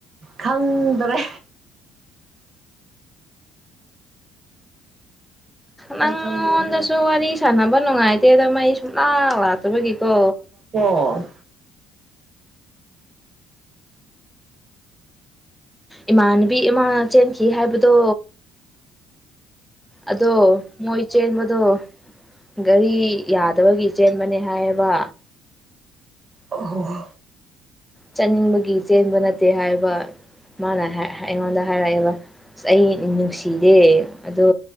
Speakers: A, on the right; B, in the centre.
A: ꯈꯪꯗ꯭ꯔꯦ
B: ꯅꯪꯉꯣꯟꯗꯁꯨ
A: ꯑꯩ ꯈꯪꯗꯦꯍꯦ
B: ꯋꯥꯔꯤ ꯁꯥꯟꯅꯕ ꯅꯨꯡꯉꯥꯏꯇꯦꯗ ꯃꯩ ꯁꯨꯡꯂꯥꯛ ꯂꯥꯛꯇꯕꯒꯤꯀꯣ
A: ꯑꯣ
B: ꯏꯃꯥꯟꯅꯕꯤ ꯏꯃꯥꯅ ꯆꯦꯟꯈꯤ ꯍꯥꯏꯕꯗꯣ ꯑꯗꯣ ꯃꯣꯏ ꯆꯦꯟꯕꯗꯣ ꯒꯥꯔꯤ ꯌꯥꯗꯕꯒꯤ ꯆꯦꯟꯕꯅꯤ ꯍꯥꯏꯕ
A: ꯍ
B: ꯆꯠꯅꯤꯡꯕꯒꯤ ꯆꯦꯟꯕ ꯅꯠꯇꯦ ꯍꯥꯏꯕ ꯃꯥꯅ ꯑꯩꯉꯣꯟꯗ ꯍꯥꯏꯔꯛꯑꯦꯕ ꯑꯁ ꯑꯩ ꯅꯨꯡꯁꯤꯗꯦ ꯑꯗꯣ